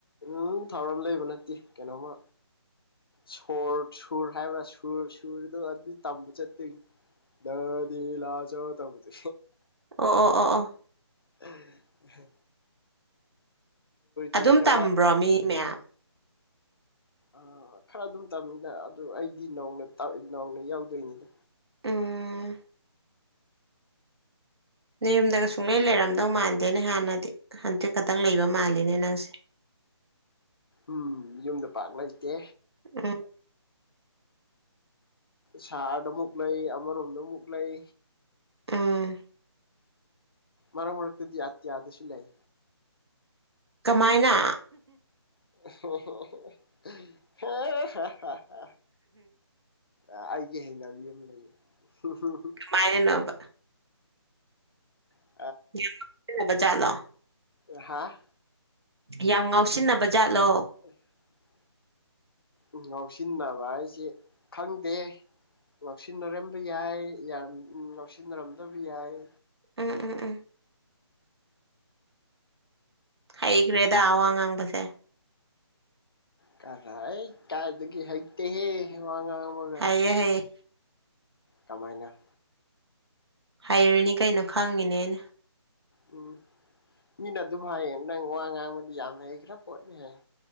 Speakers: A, on the left; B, on the right.
A: ꯎꯝ ꯊꯧꯔꯝ ꯂꯩꯕ ꯅꯠꯇꯦ ꯀꯩꯅꯣꯝꯃ ꯁꯣꯔ ꯁꯨꯔ ꯍꯥꯏꯕ꯭ꯔꯥ ꯁꯨꯔ ꯁꯨꯔꯗꯣ ꯑꯗꯨ ꯇꯝꯕ ꯆꯠꯇꯣꯏꯅꯤ ꯗꯗꯤ ꯂꯥ ꯆꯣ ꯇꯕꯗꯨ
B: ꯑꯣ ꯑꯣ ꯑꯣ ꯑꯣ
A: ꯑ ꯍ
B: ꯑꯗꯨꯝ
A: ꯆꯤꯡꯅꯕ
B: ꯇꯝꯕ꯭ꯔꯣ ꯃꯤ ꯃꯌꯥꯝ
A: ꯑ ꯈꯔ ꯑꯗꯨꯝ ꯇꯝꯃꯤꯗ ꯑꯗꯨ ꯑꯩꯗꯤ ꯅꯧꯅ ꯇ ꯅꯧꯅ ꯌꯥꯎꯗꯣꯏꯅꯤꯗ
B: ꯎꯝꯍ ꯅ ꯌꯨꯝꯗꯒ ꯁꯨꯡꯂꯩ ꯂꯩꯔꯝꯗꯧ ꯃꯥꯟꯗꯦꯅꯦ ꯍꯥꯟꯅꯗꯤ ꯍꯟꯇꯛ ꯈꯛꯇꯪ ꯂꯩꯕ ꯃꯥꯜꯂꯤꯅꯦ ꯅꯪꯁꯦ
A: ꯎꯝ ꯌꯨꯝꯗ ꯄꯥꯛ ꯂꯩꯇꯦ
B: <unintelligible>
A: ꯁꯍꯔꯗ ꯑꯃꯨꯛ ꯂꯩ ꯑꯃꯔꯣꯝꯗ ꯑꯃꯨꯛ ꯂꯩ
B: ꯑꯥ
A: ꯃꯔꯛ ꯃꯔꯛꯇꯗꯤ ꯑꯇꯤꯌꯥ ꯗꯁꯨ ꯂꯩ
B: ꯀꯃꯥꯏꯅ
A: <unintelligible> ꯍ ꯍ ꯍ ꯍ ꯑ ꯑꯩꯒꯤ ꯍꯩꯅꯕꯤ ꯑꯃ ꯂꯩꯌꯦ ꯍꯝ ꯍꯝ ꯍꯝ
B: ꯀꯃꯥꯏꯅ ꯅꯣꯕ
A: ꯑꯍ
B: ꯌꯥꯝ ꯉꯥꯎꯁꯤꯟꯅꯕ ꯖꯥꯠꯂꯣ
A: ꯔꯍꯥ
B: ꯌꯥꯝ ꯉꯥꯎꯁꯤꯟꯅꯕ ꯖꯥꯠꯂꯣ
A: <unintelligible> ꯎꯝ ꯉꯥꯎꯁꯤꯟꯅꯕ ꯍꯥꯏꯁꯦ ꯈꯪꯗꯦ ꯉꯥꯎꯁꯤꯟꯅꯔꯝꯕ ꯌꯥꯏ ꯌꯥꯔꯝ ꯉꯥꯎꯁꯤꯟꯅꯔꯝꯗꯕ ꯌꯥꯏ
B: ꯎꯝ ꯎꯝ ꯎꯝ ꯍꯩꯒ꯭ꯔꯦꯗ ꯑꯋꯥ ꯉꯥꯡꯕꯁꯦ
A: ꯀꯃꯥꯏꯇ ꯀꯥꯏꯗꯒꯤ ꯍꯩꯇꯦꯍꯦ ꯋꯥ ꯉꯥꯡꯕꯒ
B: ꯍꯌꯦ ꯍꯌꯦ
A: ꯀꯃꯥꯏꯅ
B: ꯍꯩꯔꯤꯅꯤ ꯀꯩꯅꯣ ꯈꯪꯉꯤꯅꯦ ꯑꯩꯅ
A: ꯎꯝ ꯃꯤꯅ ꯑꯗꯨꯝ ꯍꯥꯏꯌꯦ ꯅꯪ ꯋꯥ ꯉꯥꯡꯕꯗꯤ ꯌꯥꯝ ꯍꯩꯈ꯭ꯔꯥ ꯄꯣꯠꯅꯤ ꯍꯥꯏꯌꯦ